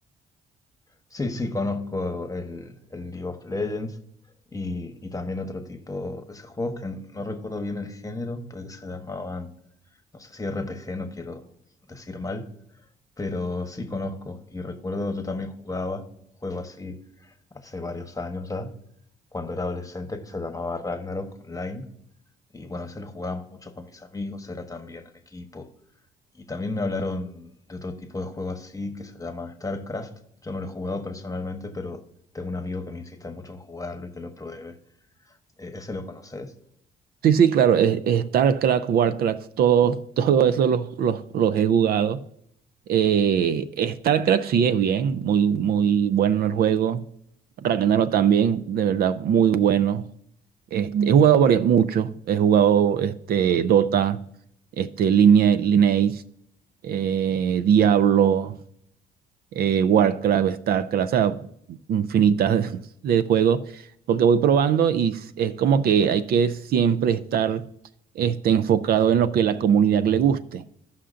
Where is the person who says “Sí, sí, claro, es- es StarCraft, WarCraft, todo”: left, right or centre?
Right